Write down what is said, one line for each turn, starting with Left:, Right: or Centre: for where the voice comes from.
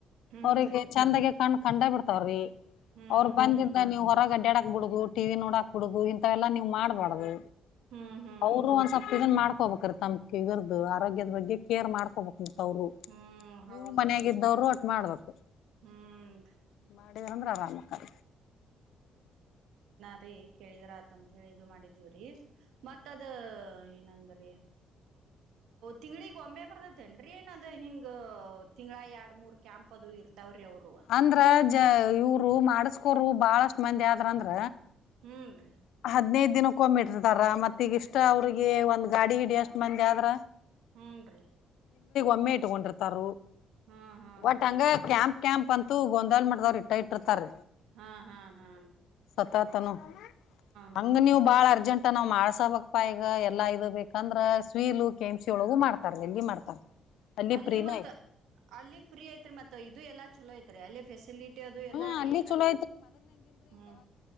Right: ಹ್ಮ್ರೀ
Left: ಅವ್ರರಿಗೆ ಚಂದಗ ಕಣ ಕಂಡ ಬಿಡ್ತ ಸಾರೀ
Right: ಹ್ಮ್
Left: ಅವರು
Right: ಹ್ಮ್
Left: ಬಂದಿದ್ದ ನೀವು ಹೊರಗ ಅಡ್ಡಯಡಕ್ ಹ ಬಿಡ್ಗು ಟಿವಿ ನೋಡಾಕ್ ಬಿಡುದ ಇಂತಥವೆಲ್ಲಾ ನೀವು ಮಾಡ್ಬಾರ್ದು
Right: ಹ್ಮ್ ಹ್ಮ್
Left: ಅವರು ಒಂದ್ ಸ್ವಲ್ಪ ಇದನ್ ಮಾಡ್ತಾರೆ ಹೊಬೇಕ್ರೀ ತಮ್ ಫಿಗರದ ಆರೋಗ್ಯದ ಬಗ್ಗೆ ಕೇರ್ ಮಾಡ್ಕೋಬೇಕ. ಅವರು
Right: ಹ್ಮ್
Left: ನೀವು
Right: ಹೌದ್ರಿ
Left: ಮನಾಗ್ದವರು. ಮಾಡ್ಬೇಕ.
Right: ಹ್ಮ್
Left: ಆಾಡಗಳ ಗ್ರಾಮಾಮಕ್ಕಳ
Right: ಮತ್ತ ಕೇಳಿದ್ರ ಆತ ಅಂತ ಹೇಳಿ ಇದು ಮಾಡಿದೀವ್ರೀ ಮತ್ತದ ಏನಂದ್ರಿ, ತಿಂಗಳಗ್ ಒಮ್ಮೆ ಬರ್ದತೆೇನ್ರೀ, ಏನದು ಹಿಂಗ ತಿಂಗ್ಳ ಎರಡ್ ಮೂರ್ ಕ್ಯಾಂಪ್ ಅದು ಇರ್ತಿ ತಾವ್ರಿ ಅವರು
Left: ಅಂದ್ರ ಜ ಇವರು ಮಾಡಸ್ಕೋರು ಬಾಳಷ್ಟ ಮಂದಿ ಆದ್ರಂದ್ರ
Right: ಹಂದು
Left: ಹದ್ನೈದ ದಿನಕ್ಕೆ ಹೋಗ್ಬಿಟ್ಟರ್ತಾರ ಮತ್ತ ಈಗಿಷ್ಟ ಅವ್ರಿಗೆ ಒಂದ್ ಗಾಡಿ ಹಿಡಿ ಅಷ್ಟ್ ಮಂದಿ ಆದ್ರ
Right: ಹೂನ್ ರೀ
Left: ಅಮ್ಮಿ ಇಟ್ ಕೊಂಡಿರ್ತಾರ.
Right: ಹಾ ಹಾ
Left: ಒಟ್ಟಂಗ
Right: ಹನ್
Left: ಕ್ಯಾಂಪ್ ಕ್ಯಾಂಪ್ ಅಂತೂ ಒಂದಲ್ ಮಾಡ್ದವ್ ಇಟರ್ ಇಟ್ಟಿರ್ತಾರೀ.
Right: ಹಾ ಹಾ ಹಾ
Left: ಸತ್ತತನು
Right: ಹನ್ರಿ
Left: ಹಂಗ ನೀವು ಬಾಳ ಅರ್ಜೆಂಟ್ ಮತ್ತ ನಾವ್ ಮಾಡ್ಸಬೇಕಪ್ಪ ಈಗ ಎಲ್ಲ ಇ ಬೇಕಂದ್ರೆ ಸ್ವೀಲು ಕೆೇಮ್ಸಿ ಒಳಗು ಮಾಡ್ತಾರ. ಎಲ್ಲಿ ಮಾಡ್ತಾರ
Right: ಅಲ್ಲಿ
Left: ಪ್ರೀನ
Right: ಮತ್ತ
Left: ಐತಿ
Right: ಅಲ್ಲಿ ಫ್ರೀ ಐತ್ರಿ ಮತ್ತ ಇದು ಎಲ್ಲಾ ಚಲೋ ಐತ್ <unintelligible> ಫೆಸಿಲಿಟಿ ಅದು ಎಲ್ಲ
Left: ಹಾ
Right: ರೀ
Left: ಅಲ್ಲಿ ಚಲೋ
Right: ಹ್ಮ್